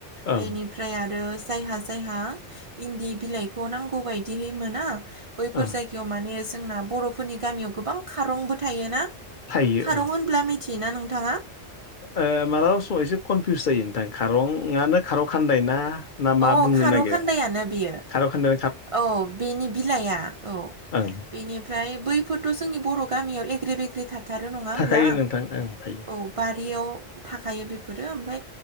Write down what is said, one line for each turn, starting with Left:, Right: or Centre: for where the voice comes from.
Left: ओं
Right: बेनिफ्राय आरो जायहा जायहा इन्दि बिलाइखौ नांगौ बदिहै मोना बैफोर
Left: ओं
Right: जायगायाव माने जोंना बर'फोरनि गामियाव गोबां खारंबो थायोना
Left: थायो
Right: खारं
Left: ओं
Right: होनब्ला मिथियोना नोंथाङा?
Left: ओ मालाबा समाव एसे कनफिउस जायो नोंथां खारंआानो खारं खानदायना? ना
Right: अ
Left: मा बुंनो
Right: खारौ
Left: नागिर
Right: खान्दायानो बेयो
Left: खार' खानदा
Right: औ बेनि बिलाइआ औ
Left: ओं
Right: बेनिफ्राय बैफोरथ' जोंनि बर' गामियाव एग्रे बेग्रे थाथारो नङा होमब्ला
Left: थाखायो नोंथां ओं थायो
Right: औ बारियाव थाखायो बेफोरो ओमफाय